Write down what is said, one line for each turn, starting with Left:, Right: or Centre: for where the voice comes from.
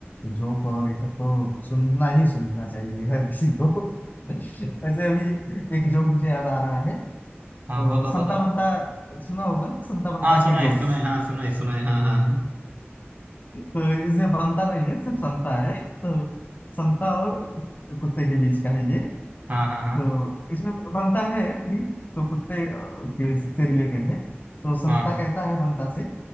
Left: जोक और ये सब तो सुनना ही सुनना चाहिए हर किसी को <laughs> ऐसे अभी एक जोक मुझे याद आ रहा है तो
Right: हाँ बताओ
Left: संता
Right: बताओ
Left: बंता सुना होगा ना संता बंता
Right: हाँ सुनाए
Left: के जोक्स
Right: सुनाए हाँ सुनाए सुनाए हाँ हाँ
Left: तो इसमें बनता नहीं है सिर्फ संता है तो संता और कुत- कुत्ते के बीच का है ये
Right: हाँ हाँ
Left: तो
Right: हाँ
Left: इसमें बनता है भी तो कुत्ते अ, के से रिलेटेड है तो संता
Right: हाँ
Left: कहता है बनता से